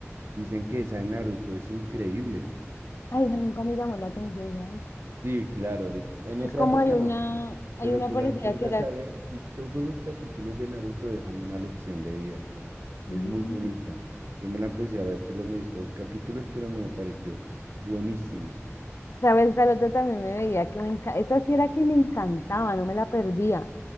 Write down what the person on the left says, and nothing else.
Ay, esa nunca me llamó la atención, ¿sabes?
Es como
hay una,
hay
una
parecida
que era,
Mm,
¿sabes? La otra también me veía que me encantaba. Esa sí era que me encantaba, no me la perdía.